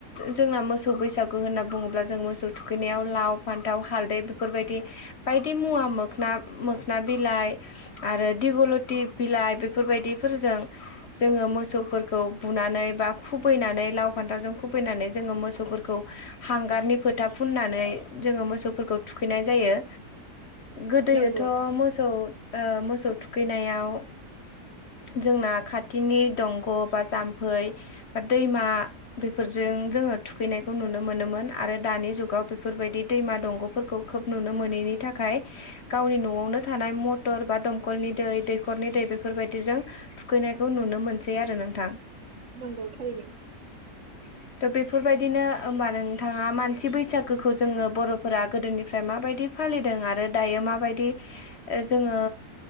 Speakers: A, on the left; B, on the right.
A: जोंना मोसौ बैसागु होनना बुङोब्ला जों मोसौ थुखैनायाव लाव फान्थाव हालदै बेफोरबायदि बायदि मुवा मोख मोखना बिलाइ आरो दिगलति बिलाइ बेफोरबायदिफोरजों जोङो मोसौफोरखौ बुनानै बा खुबैनानै लाव फान्थावजों खुबैनानै जोङो मोसौफोरखौ हांगारनि फोथा फुननानै जोङो मोसौफोरखौ थुखैनाय जायो। गोदोयोथ'
B: नंगौ
A: मोसौ ओ मोसौ थुखैनायाव जोंना खाथिनि दंग' बा जाम्फै बा दैमा बेफोरजों जोङो थुखैनायखौ नुनो मोनोमोन आरो दानि जुगाव बेफोरबायदि दैमा दंग'फोरखौ खोब नुनो मोनैनि थाखाय गावनि न'आवनो थानाय म- टर बा दमखलनि दै दैखरनि दै बेफोरबायदिजों थुखैनायखौ नुनो मोनसै आरो नोंथां।
B: नंगौ थारै नो।
A: <inaudible> थ बेफोरबायदिनो होमबा नोंथाङा मानसि बैसागोखौ जोङो बर'फोरा गोदोनिफ्राय माबायदि फालिदों आरो दायो माबायदि जोङो